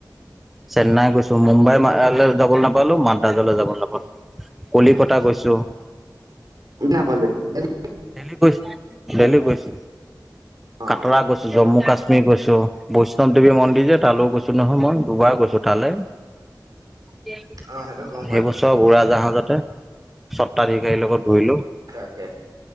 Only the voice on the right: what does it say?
ন পল <inaudible>
অ',
অ',
অ',
অ', সেইটো গম পাই
তাকে <unintelligible>